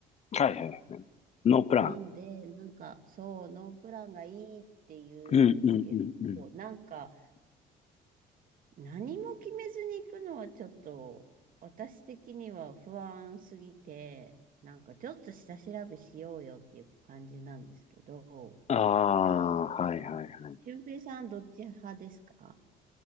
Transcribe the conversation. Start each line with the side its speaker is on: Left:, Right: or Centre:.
Left: はいはい。ノープラン。
Right: なんで、なんか、そう、ノープランがいいって言うんですけど、
Left: うんうんうんうん。
Right: なんか、何も決めずに行くのはちょっと私的には不安すぎて、なんかちょっと下調べしようよっていう感じなんですけど、
Left: ああ、はいはいはい。
Right: 俊平さんどっち派ですか